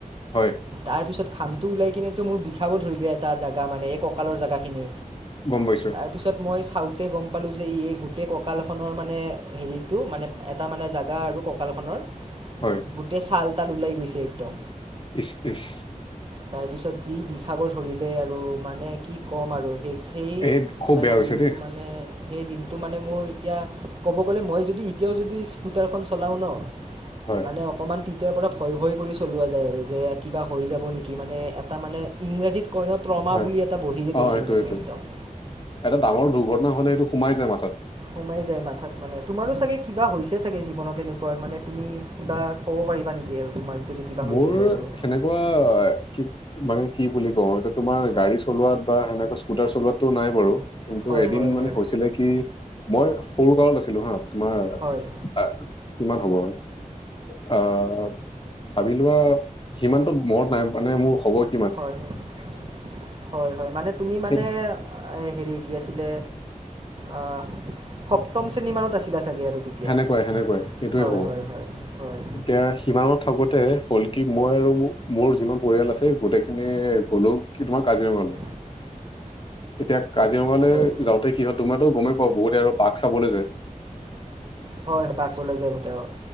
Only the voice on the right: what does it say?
তাৰ পিছত ঘামটো ওলাই কিনেটো মোৰ বিষাব ধৰিলে এটা জেগা মানে এই কঁকালৰ জেগাখিনি।
তাৰপিছত মই চাউতে গম পালো যে এই গোটেই কঁকালখনৰ মানে হেৰিটো মানে এটা মানে জোগা আৰু কঁকালখনৰ
গোটেই চাল তাল ওলাই গৈছে একদম।
তাৰ পিছত যি বিষাব ধৰিলে আৰু মানে কি কম আৰু সেই-সেই
মানে
দিনটো
মানে সেই দিনটো মানে মোৰ এতিয়া ক'ব গ'লে মই যদি এতিয়াও যদি স্কুটাৰখন চলাও ন
মানে অকমান তেতিয়াৰ পৰা ভয়-ভয় কৰি চলোৱা যায় আৰু যে কিবা হৈ যাব নেকি মানে এটা মানে ইংৰাজীত কয় ন ত্ৰমা
বুলি এটা বহি যে
গৈছিল
মানে
একদম।
সোমাই যায় মাথাত মানে তোমাৰো চাগে কিবা হৈছে চাগে জীৱনত এনেকুৱা মানে তুমি কিবা ক'ব পাৰিবা নেকি আৰু তোমাৰ যদি কিবা হৈছিলে
আৰু
হয়
হয়
হয়
হয়
হয়-হয়-হয়-হয় মানে তুমি মানে
হেৰি কি আছিলে অহ সপ্তম শ্ৰেণী মানত আছিলে চাগে আৰু তেতিয়া
হয়
হয় হয় হয়
<inaudible>
হয়
হয়- হয় বাঘ চাবলৈ যায় গোটেই অহ